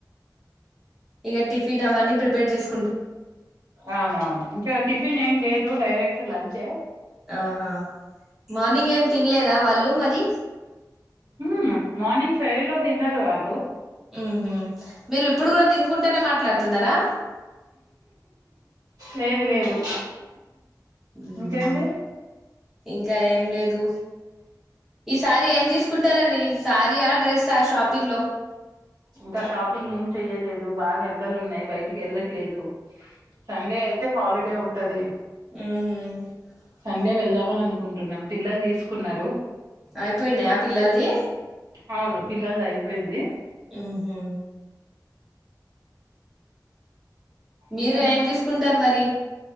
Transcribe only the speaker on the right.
అవునవును ఇంకా టిఫిన్ ఏం లేదు డైరెక్ట్ లంచే
ఊ మార్నింగ్ ఫై లో తిన్నారు వాళ్ళు
లేదు లేదు
ఇంకేంటి
ఇంకా షాపింగ్ ఏం చెయ్యలేదు బాగా ఎండలు ఉన్నయి బయటికి వెళ్ళట్లేదు సండే అయితే హాలిడే ఉంటది
నుండే వెళ్దామని అనుకుంటున్నాం పిల్లలు తీసుకున్నారు
అవును పిల్లల్ది అయిపోయింది
ఇంకా